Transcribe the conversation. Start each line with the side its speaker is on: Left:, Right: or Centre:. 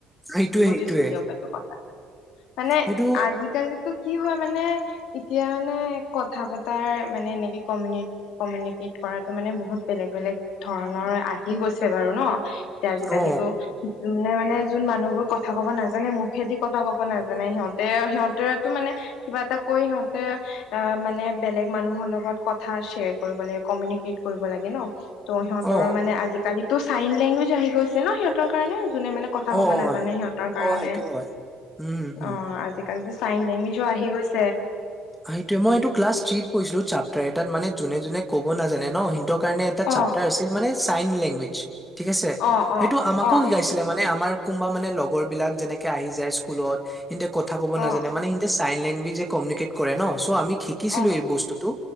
Centre: সেইটোৱে,
Left: বুজিছো
Centre: সেইটোৱে।
Left: দিয়ক সেইটো কথাটো মানে
Centre: সেইটো
Left: আজিকালিটো কি হয় মানে এতিয়া মানে কথা পতাৰ মানে এনেকে কমিউ কমিউনিকেট কৰাতো মানে বহুত বেলেগ বেলেগ ধৰণৰ। আহি গৈছে বাৰু ন এতিয়া আজিকালিটো
Centre: অ,
Left: যোনে মানে যোন মানুহবোৰ কথা কব নাজানে মুখেদি কথা ক'ব নাজানে সিহঁতে সিহঁতেতো মানে কিবা এটা কৈ হ অ মানে বেলেগ মানুহৰ লগত কথা শ্বেয়াৰ কৰিব লাগে কমিউনিকেট কৰিব লাগে ন। ত' সিহঁতৰ
Centre: অ,
Left: মানে আজিকালিতো চাইন লেংগুৱেজ আহি গৈছে ন সিহঁতৰ কাৰণে। যোনে মানে কথা
Centre: অ,
Left: ক'ব নাজানে
Centre: হয়,
Left: সিহঁতৰ কাৰণে।
Centre: অ, সেইটো হয়। উম, হুম, হুম।
Left: অ আজিকালিটো চাইন লেংগুৱেজো আহি গৈছে
Centre: সেইটোয়ে মই এইটো ক্লাছ থ্ৰীত পঢিছিলো চাপটাৰত এটাত তাত মানে যোনে যোনে ক'ব নাজানে ন সিহঁতৰ কাৰ এটাৰ
Left: অ
Centre: আছিল মানে লেংগুৱেজ <unintelligible> ঠিক আছে
Left: অ অ
Centre: সেটো আমাকো
Left: অ
Centre: শিকাইছিলে মানে আমাৰ কোনোবা মানে লগৰ বিলাক যেনেকে আহি যায় স্কুলত হেতে কথা ক'ব নাজানে
Left: অ
Centre: মানে সহতে চাইন লেংগুৱেজ কমিউনেট কৰে ন চৌ আমি শিকিছিলো
Left: অ অ
Centre: এই বস্তুটো